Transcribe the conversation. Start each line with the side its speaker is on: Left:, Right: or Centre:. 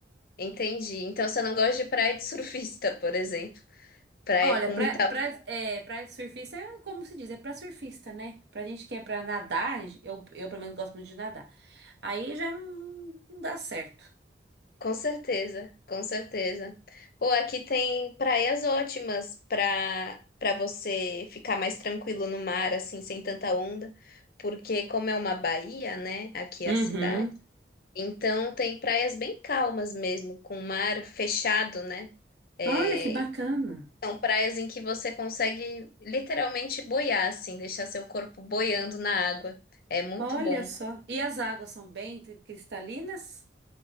Left: Entendi. Então você não gosta de praia de surfista, por exemplo. Praia
Right: Olha,
Left: com muita
Right: pra, pra, é, pra surfista é como se diz, é pra surfista, né? Pra gente que é pra nadar, eu, eu pelo menos gosto muito de nadar. Aí já não não dá certo.
Left: Com certeza, com certeza. Pô, aqui tem praias ótimas para para você ficar mais tranquilo no mar, assim, sem tanta onda, porque como é uma baía, né, aqui é
Right: Uhum.
Left: a cidade, então tem praias bem calmas mesmo, com mar fechado, né? É,
Right: Olha que bacana.
Left: são praias em que você consegue literalmente boiar, assim, deixar seu corpo boiando na água. É muito
Right: Olha
Left: bom.
Right: só. E as águas são bem cristalinas?